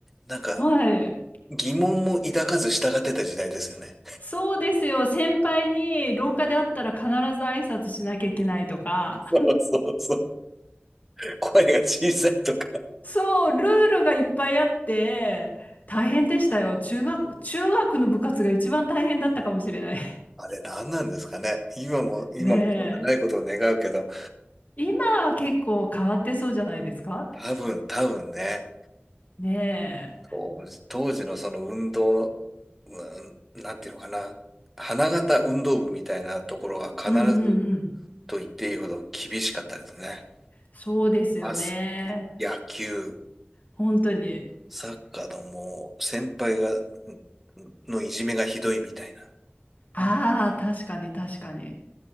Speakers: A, in the centre; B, on the left (about 45°).
A: なんか
B: はい。
A: 疑問も抱かず従ってた時代ですよね。
B: そうですよ。先輩に廊下で会ったら必ず挨拶しなきゃいけないとか。
A: そうそうそう。声が小さいとか
B: そう、ルールがいっぱいあって、大変でしたよ。中学、中学の部活が一番大変だったかもしれない。
A: あれ何なんですかね。今も、今もそうでないことを願うけど、
B: <laughs> ねえ。今は結構変わってそうじゃないですか
A: 多分、多分ね、
B: ね
A: 当時、当時のその運動、うんなんていうのかな、花形運動部みたいなところは必ず
B: え。うんうんうん。
A: と言っていいほど厳しかったですね。
B: そうですよね。
A: バスケ、野球、
B: 本当に。
A: サッカーのもう先輩が、んのいじめがひどいみたいな。
B: ああ、確かに確かに。